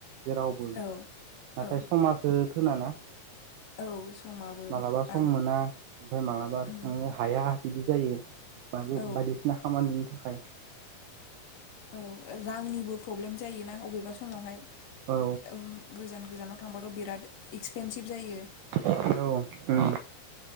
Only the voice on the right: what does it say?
जेरावबो नाथाय
समाजो थोना ना।
मालाबा सम
मोना ओमफ्राय माब्लाबा
थांनो हाया बिदि जायो। माबो
बायदिसिना खामानिनि थाखाय।
औ
औ ओम